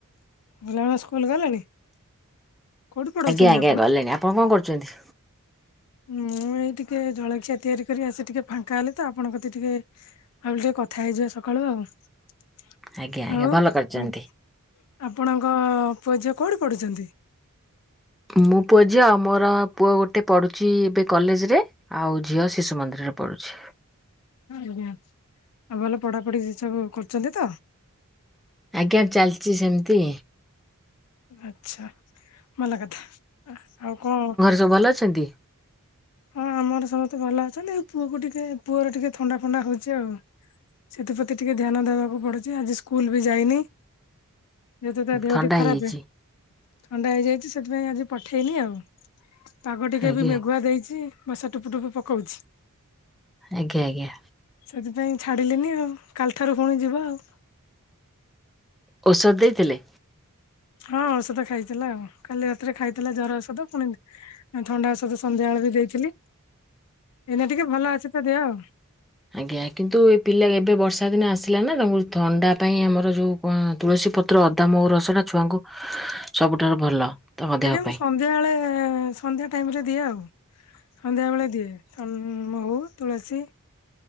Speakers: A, on the left; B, in the centre.
A: ପିଲାମାନେ ସ୍କୁଲ ଗଲେଣି? କୋଉଠି ପଢଉଛନ୍ତି
B: ଆଜ୍ଞା ଆଜ୍ଞା
A: ଆପଣ?
B: ଗଲେଣି, ଆପଣ କଣ କରୁଛନ୍ତି?
A: ମୁଁ ଏଇ ଟିକେ ଜଳଖିଆ ତିଆରି କରି ଆସି ଟିକେ ଫାଙ୍କା ହେଲି ତ, ଆପଣଙ୍କ କତି ଟିକେ ଭାବିଲି ଟିକେ କଥା ହେଇଯିବା ସକାଳୁ ଆଉ।
B: ଆଜ୍ଞା ଆଜ୍ଞା
A: ଆଉ
B: ଭଲ କରିଛନ୍ତି।
A: ଆ ଆପଣଙ୍କ ପୁଅ ଝିଅ କୋଉଠି ପଢୁଛନ୍ତି?
B: ମୋ ପୁଅ, ଝିଅ ଆ ମୋର ପୁଅ ଗୋଟେ ପଢ଼ୁଛି ଏବେ କଲେଜରେ। ଆଉ ଝିଅ ଶିଶୁ ମନ୍ଦିରରେ ପଢୁଛି।
A: ଆଜ୍ଞା ଆଉ ଭଲ ପଢାପଢି ସେସବୁ କରୁଛନ୍ତି ତ?
B: ଆଜ୍ଞା ଚାଲ୍ଚି ସେମିତି।
A: ଆଛା ଭଲ କଥା, ଆଉ କଁ?
B: ସ ଭଲ ଅଛନ୍ତି?
A: ହଁ ଆମର ସମସ୍ତେ ଭଲ ଅଛନ୍ତି, ଏଇ ପୁଅକୁ ଟିକେ ପୁଅର ଟିକେ ଥଣ୍ଡା, ଫଣ୍ଡା ହଉଛି ଆଉ। ସେଥିପ୍ରତି ଟିକେ ଧ୍ୟାନ ଦେବାକୁ ପଡୁଛି, ଆଜି ସ୍କୁଲ ବି ଯାଇନି। ଯେହେତୁ ତା ଦେହଟି
B: ଥଣ୍ଡା
A: ଖରାପେ,
B: ହେଇଯାଇଛି।
A: ଥଣ୍ଡା ହେଇଯାଇଛି ସେଥିପାଇଁ ଆଜି ପଠେଇନି ଆଉ। ପାଗ ଟିକେ
B: ଆଜ୍ଞା
A: ବି ମେଘୁଆ ଦେଇଛି, ବଶା ଟୁପୁ, ଟୁପୁ ପକଉଛି।
B: ଆଗ୍ୟା, ଆଗ୍ୟା।
A: ସେଥିପାଇଁ ଛାଡ଼ିଲିନି ଆଉ, କାଲିଠାରୁ ପୁଣି ଯିବ ଆଉ।
B: ଉ ଔଷଧ ଦେଇଥିଲେ?
A: ହଁ ଔଷଧ ଖାଇଥିଲା ଆଉ କାଲି ରାତିରେ ଖାଇଥିଲା ଜର ଔଷଧ ପୁଣି ଥଣ୍ଡା ଓଷଦ ସନ୍ଧ୍ୟାବେଳେ ବି ଦେଇଥିଲି। ଏଇନା ଟିକେ ଭଲ ଅଛି ତ ଦେହ ଆଉ।
B: ଆଜ୍ଞା, କିନ୍ତୁ ଏ ପିଲା ଏବେ ବର୍ଷା ଦିନ ଆସିଲା ନା ତାଙ୍କୁ ଥଣ୍ଡା ପାଇଁ ଆମର ଯୋଉ ହ ତୁଳସୀ ପତ୍ର, ଅଦା, ମହୁ ରସଟା ଛୁଆଙ୍କୁ ସବୁଠାରୁ ଭଲ। ତାଙ୍କ ଦେହ
A: ଆଜ୍ଞା
B: ପାଇଁ।
A: ମୁଁ ସନ୍ଧ୍ୟାବେଳେ ସନ୍ଧ୍ୟା ଟାଇମରେ ଦିଏ ଆଉ। ସନ୍ଧ୍ୟାବେେଳେ ଦିଏ ଥ ମହୁ, ତୁଳସୀ